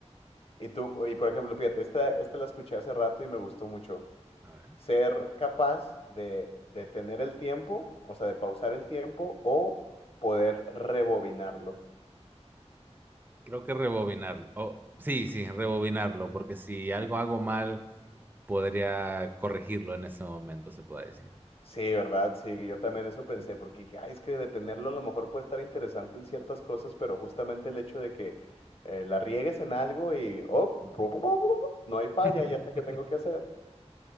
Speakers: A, on the left (about 55°); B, on the right (about 15°).
A: Y tú, y por ejemplo, fíjate, esta, esta la escuché hace rato y me gustó mucho.
B: A ver.
A: Ser capaz de, de tener el tiempo, o sea, de pausar el tiempo o poder rebobinarlo.
B: Creo que rebobinarlo. Oh, sí, sí, rebobinarlo, porque si algo hago mal, podría corregirlo en ese momento, se puede decir.
A: Sí, ¿verdad? Sí, yo también eso pensé, porque dije, ay, es que detenerlo a lo mejor puede estar interesante en ciertas cosas, pero justamente el hecho de que eh, la riegues en algo y, oh, bru- bru- bru- bru, no hay falla,
B: <laughs>
A: ya sé qué tengo que hacer.